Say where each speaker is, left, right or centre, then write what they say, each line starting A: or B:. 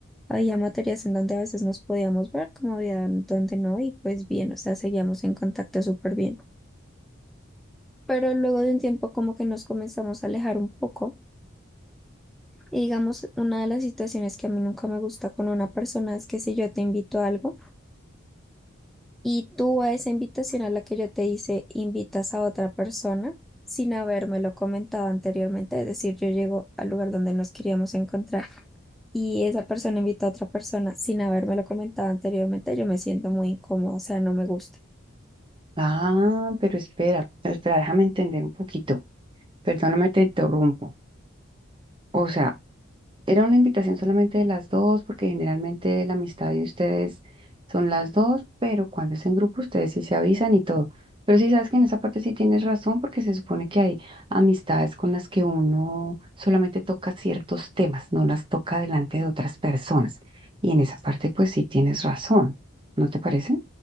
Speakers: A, in the centre; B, on the right.
A: Había materias en donde a veces nos podíamos ver, como había en donde no, y pues bien, o sea, seguíamos en contacto súper bien. Pero luego de un tiempo como que nos comenzamos a alejar un poco. Y digamos, una de las situaciones que a mí nunca me gusta con una persona es que si yo te invito a algo, Y tú a esa invitación a la que yo te hice, invitas a otra persona sin habérmelo comentado anteriormente. Es decir, yo llego al lugar donde nos queríamos encontrar y esa persona invita a otra persona sin habérmelo comentado anteriormente. Yo me siento muy incómodo, o sea, no me gusta.
B: Ah, pero espera, pero espera, déjame entender un poquito. Perdóname, te interrumpo. O sea, Era una invitación solamente de las dos, porque generalmente la amistad de ustedes son las dos, pero cuando es en grupo ustedes sí se avisan y todo. Pero sí sabes que en esa parte sí tienes razón, porque se supone que hay amistades con las que uno solamente toca ciertos temas, no las toca delante de otras personas. Y en esa parte pues sí tienes razón, ¿no te parece?